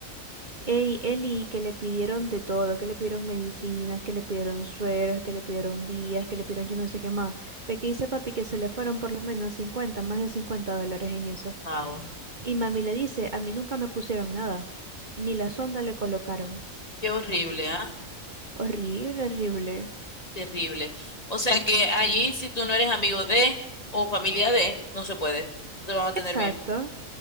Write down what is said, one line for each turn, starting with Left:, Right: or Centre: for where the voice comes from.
Right: Ey, Eli, que le pidieron de todo, que le pidieron medicinas, que le pidieron sueros, que le pidieron vías, que le pidieron yo no sé qué más. Pero que dice papi que se le fueron por lo menos 50, más de 50 dólares en eso.
Left: wow.
Right: Y mami le dice, a mí nunca me pusieron nada, ni la sonda le colocaron.
Left: Qué horrible, ¿ah?
Right: Horrible, horrible.
Left: Terrible. O sea que allí, si tú no eres amigo de o familia de, no se puede. No te van a tener
Right: Exacto.
Left: bien.